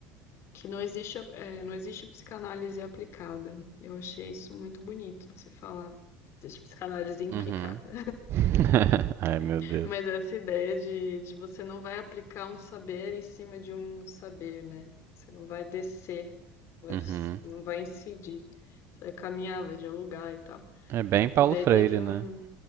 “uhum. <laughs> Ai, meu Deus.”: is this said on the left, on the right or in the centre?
Right